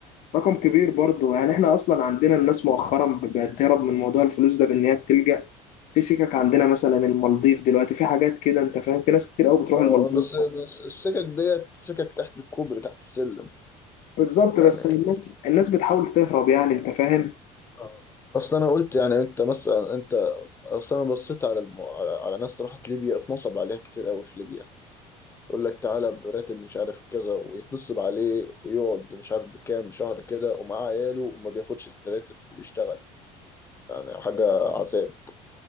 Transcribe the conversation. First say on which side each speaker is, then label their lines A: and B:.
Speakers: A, on the left; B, on the left.
A: رقم كبير برضه يعني إحنا أصلا عندنا الناس مؤخرا بقت تهرب من موضوع الفلوس ده بإن هي بتلجأ في سكك عندنا مثلا المالديف دلوقتي في حاجات كده أنت فاهم في ناس كتير أوي بتروح
B: آه،
A: المالديف
B: بس بس السكك ديت سكك تحت الكوبري تحت السلم
A: بالظبط بس
B: يعني
A: الناس الناس بتحاول تهرب يعني انت فاهم
B: آه. اصل انا قلت يعني انت مثلا انت اصل انا بصيت على الم... على على ناس راحت ليبيا اتنصب عليها كتير قوي في ليبيا يقول لك تعالى براتب مش عارف كذا ويتنصب عليه ويقعد مش عارف بكام شهر كده ومعاه عياله وما بياخدش راتب وبيشتغل يعني حاجة عذاب